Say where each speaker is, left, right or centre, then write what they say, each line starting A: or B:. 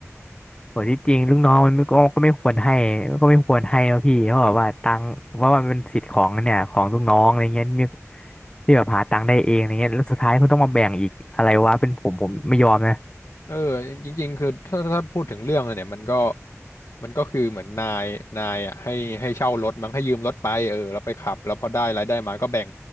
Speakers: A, on the left; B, on the left.
A: โหที่จริงลูกน้องมันก็ก็ไม่ควรให้ก็ไม่ควรให้นะพี่เพราะแบบว่าตังค์เพราะว่ามันเป็นสิทธิ์ของเนี่ยของลูกน้องอะไรเงี้ยมีที่แบบหาตังค์ได้เองอะไรเงี้ยแล้วสุดท้ายคุณต้องมาแบ่งอีกอะไรวะเป็นผมผมไม่ยอมนะ
B: เออจริงๆคือถ้าถ้าพูดถึงเรื่องอะเนี่ยมันก็มันก็คือเหมือนนายนายอ่ะให้ให้เช่ารถมั้งให้ยืมรถไปเออแล้วไปขับแล้วพอได้รายได้มาก็แบ่ง